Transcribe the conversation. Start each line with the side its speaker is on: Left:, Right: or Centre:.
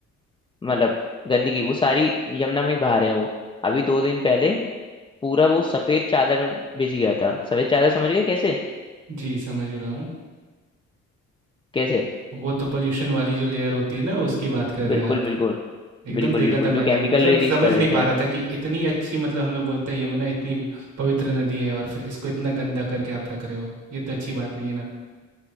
Left: मतलब गंदगी वो सारी यमुना में ही बहा रहे हैं वो अभी दो दिन पहले पूरा वो सफेद चादर में भिज गया था सफेद चादर समझ गए कैसे
Right: <laughs> जी समझ रहा हूँ
Left: कैसे
Right: वो तो पोल्यूशन वाली जो लेयर होती है ना उसकी बात कर
Left: बिल्कुल
Right: रहे हैं आप
Left: बिल्कुल
Right: एकदम
Left: बिल्कुल
Right: देखा
Left: बिल्कुल
Right: था मैंने
Left: जो केमिकल
Right: मतलब
Left: रिलीज
Right: समझ
Left: कर
Right: नहीं
Left: देते
Right: पा
Left: हैं
Right: रहा था कि इतनी अच्छी मतलब हम लोग बोलते हैं यमुना इतनी पवित्र नदी है और फिर इसको इतना गंदा करके आप रख रहे हो ये तो अच्छी बात नहीं है ना